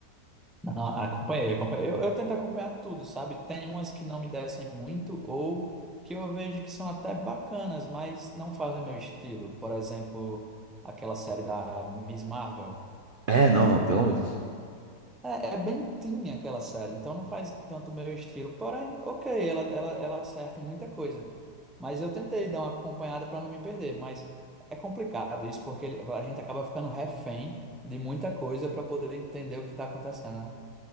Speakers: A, in the centre; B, on the right (about 50°).
A: Ah, acompanhei, acompanhei. Eu, eu tento acompanhar tudo, sabe? Tem umas que não me descem muito ou que eu vejo que são até bacanas, mas não fazem meu estilo. Por exemplo, aquela série da Miss Marvel.
B: É, não,
A: É,
B: não,
A: tipo,
B: pelo amor de Deus.
A: É, é bem tinha aquela série, então não faz tanto o meu estilo. Porém, ok, ela, ela, ela acerta em muita coisa. Mas eu tentei dar uma acompanhada para não me perder, mas é complicado isso, porque ele- a gente acaba ficando refém de muita coisa para poder entender o que está acontecendo, né?